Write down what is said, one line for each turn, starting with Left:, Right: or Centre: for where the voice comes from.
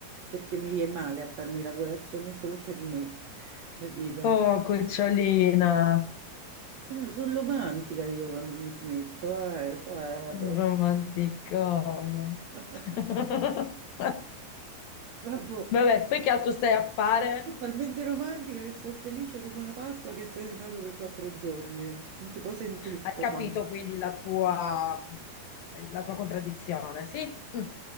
Right: perché mi viene male a farmi la colazione solo per me, <laughs> capito?
Left: Oh, cucciolina,
Right: Eh, Sono romantica io quando mi ci metto, eh, cioè,
Left: un
Right: proprio...
Left: romanticone.
Right: <laughs>
Left: <laughs>
Right: Vabbè,
Left: Vabbè, poi che altro stai a fare?
Right: sono talmente romantica che sono felice come una Pasqua che sei andato per quattro giorni, non si può sentire sto
Left: Hai capito
Right: qua.
Left: quindi la tua, la tua contraddizione, sì? Mm.